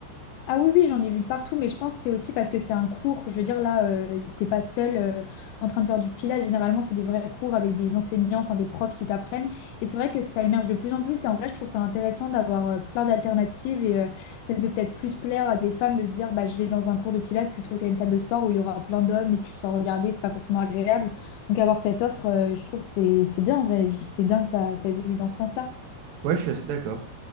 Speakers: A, on the left; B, on the right.
A: Ah oui, oui, j'en ai vu de partout, mais je pense que c'est aussi parce que c'est un cours. Je veux dire, là, euh, t'es pas seul euh, en train de faire du pilage. Généralement, c'est des vrais cours avec des enseignants, enfin des profs qui t'apprennent. Et c'est vrai que ça émerge de plus en plus. Et en vrai, je trouve ça intéressant d'avoir euh, plein d'alternatives. Et euh, ça peut peut-être plus plaire à des femmes de se dire, bah, je vais dans un cours de pilates plutôt qu'à une salle de sport où il y aura plein d'hommes et tu te sens regarder, c'est pas forcément agréable. Donc avoir cette offre, euh, je trouve que c'est c'est bien en vrai. Je- C'est bien que ça, ça évolue dans ce sens-là.
B: Ouais, je suis assez d'accord.